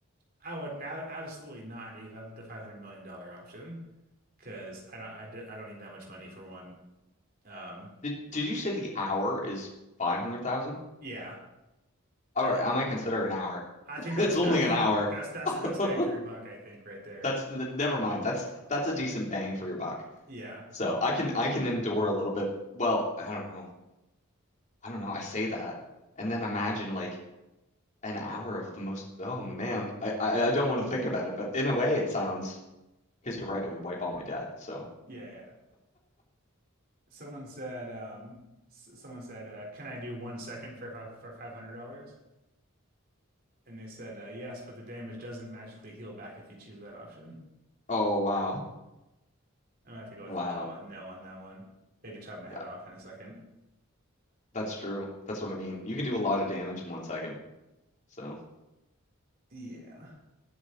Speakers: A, on the right; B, on the left.
A: I would now absolutely not do have the $500 million dollar option because I don't, I, do, I don't need that much money for one. Um,
B: Did, did you say the hour is 500,000?
A: Yeah.
B: All
A: I
B: right,
A: think
B: I might consider an hour. <laughs>
A: I think that's
B: It's only
A: I think
B: an hour.
A: that's that's the best
B: <laughs>
A: bang for your buck, I think, right there.
B: That's n- never mind. That's that's a decent bang for your buck.
A: Yeah.
B: So, I can I can endure a little bit. Well, I don't know. I don't know. I say that and then imagine like an hour of the most. Oh man, I I, I don't want to think about it, but in a way, it sounds because you're right. It would wipe all my debt. So
A: Yeah, yeah. Someone said um s- someone said, uh, "Can I do one second for five, for $500?" And they said, uh, "Yes, but the damage doesn't magically heal back if you choose that option."
B: oh wow,
A: I'm gonna have to go with
B: wow,
A: a no on no on that one. They could chop my
B: Th-
A: head off in a second.
B: that's true. That's what I mean. You can do a lot of damage in one second. So
A: Yeah.